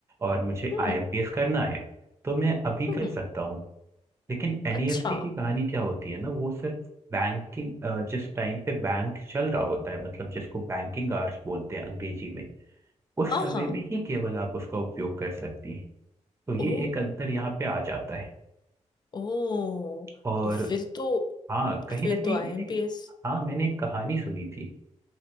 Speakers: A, on the right; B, on the left.
A: और मुझे
B: हम्म
A: आईएमपीएस
B: हम्म
A: करना है तो मैं अभी
B: हम्म
A: कर सकता हूँ लेकिन एनईएफटी
B: अच्छा
A: की कहानी क्या होती है ना वो सिर्फ बैंकिंग जिस टाइम पे बैंक चल रहा होता है मतलब जिसको बैंकिंग आवर्स बोलते हैं अंग्रेजी में उस
B: हाँ
A: समय में ही केवल आप उसका उपयोग कर सकती हैं तो ये
B: ओ
A: एक अंतर यहाँ पे आ जाता है
B: ओ
A: और
B: तो फिर तो
A: हाँ कहीं
B: फिर
A: ना कहीं
B: तो आईएमपीएस
A: मैंने हाँ मैंने एक कहानी सुनी थी